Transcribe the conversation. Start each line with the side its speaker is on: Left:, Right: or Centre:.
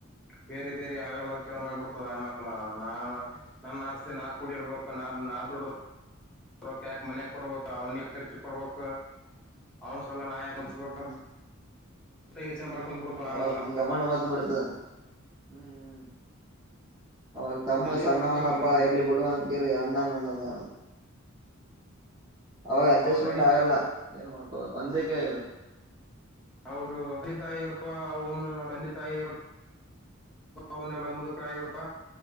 Centre: ಬೇರೆ ಬೇರೆ. ಆಗ ಚಲ
Right: ಹ ಹ
Centre: ಮಾಡ್ಬಿಡ್ತದೆ ಆಮೇಲೆ ನಾ ನನ್ನ ಆಸ್ತಿ ನಾ ಕುಡಿ ಇರ್ಬೇಕು ನ ನ. ದುಡಕ ರೊಕ್ಕ ಯಾಕೆ ಮನ್ಯಾಗ ಕೊಡ್ಬೇಕ ಅವನ್ಗೆ ಖರ್ಚ ಯಾಕ ಕೊಡ್ಬೇಕ. ಅವನ ಸಲ್ವಾಗಿ ನಾ ಯಾಕ ನಡಸಬೇಕ್
Right: ಹ್ಮ್ ಹ್ಮ್
Centre: ಇದ ಯೋಚನೆ.
Right: ಹ್ಮ್
Centre: ಕುಂತ್
Right: ಹ್ಮ್
Centre: ಬಿಡ್ತಾವ
Right: ಅವಾಗ
Centre: ಆಮೇಲ
Right: ಒಂದ್ ಗಮಂಡ ಬತ ಬಿಡ್ತದ ಹ್ಮ್ ಹ್ಮ್ಮ್. ಅವಾಗ ತಮ್ಮ
Centre: ಅಲ್ಲೇ
Right: ಸಣ್ಣವನಪ್ಪಾ
Centre: ಒಡಕಾಗದ ಮನುಷ್ಯ
Right: ಇರ್ಲಿ ಬಿಡುವ ಅಂತ ಕರಿ ಅಣ್ಣನು ಅನಲ್ಲ. ಅವಾಗ ಅಡ್ಜಸ್ಟ್ಮೆಂಟ್
Centre: ಅವ ತಂದೆ
Right: ಆಗಲ್ಲ
Centre: ತಾಯಿ
Right: ಏನ್ ಮಾಡ್ಕೋಬೇಕು ಒಂದಕ್ಕೆ.
Centre: ಅವರು ತಂದೇ ತಾಯಿ ಇರ್ತವಾ ಅವನು ತಂದೇ ತಾಯಿ ಇರ್. ಅವಲ್ಲ ಮುದುಕರಾಗಿರ್ತ